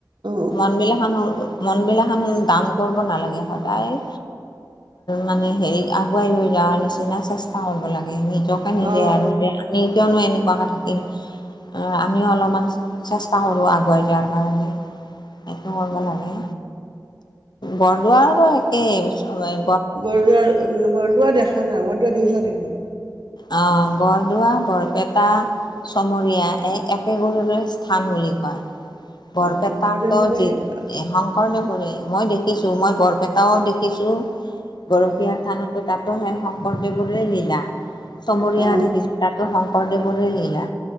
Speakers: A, on the right (about 80°); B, on the left (about 75°).
A: অ
B: মনবিলাহন মন বিলাক হন দান কৰিব নালাগে সদায় মানে হেৰি আগুৱাই লৈ যোৱাৰ নিচিনা চেষ্টা কৰিব লাগে নিজক
A: অ
B: যে আৰু যে আমি কিয়নো এনেকুৱাকে থাকিম? আমিও অলপমান চেষ্টা কৰোঁ আগুৱাই যোৱাৰ কাৰণে। সেইটো কৰিব লাগে, বৰদোৱা আৰু একেই সবেই
A: বৰদোৱা বৰদোৱা দেখা নাই বৰদোৱা দেখিছা নেকি?
B: অ', বৰদোৱা, বৰপেটা চমৰীয়া এই একে গৰোৰে স্থান বুলি কয়। বৰপেটাটো
A: অ শংকৰদেৱৰে
B: যি
A: এইবিলাক।
B: এ শংকৰদেৱৰে মই দেখিছো মই বৰপেটাও দেখিছো, গৰপিয়াৰ
A: অ
B: থানতো তাতো হে শংকৰদেৱোৰে লীলা। চমৰিয়া
A: অ
B: দেখিছো তাতো শংকৰদেৱৰে লীলা